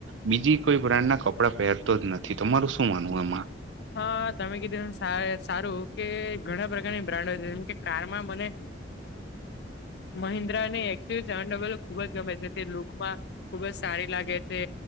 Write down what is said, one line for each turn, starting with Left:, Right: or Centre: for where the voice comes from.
Right: બીજી કોઈ બ્રાન્ડના કપડા પહેરતો જ નથી. તમારું શું માનવું આમાં.
Left: હા, તમે કીધું સારું કે ઘણા પ્રકારની બ્રાન્ડ જ જેમ કે કારમાં મને મહિન્દ્રાને એકટીવ સેવન ડવલપ ખુબ જ ગમે છે. તે લોકમાં ખુબ જ સારી લાગે છે.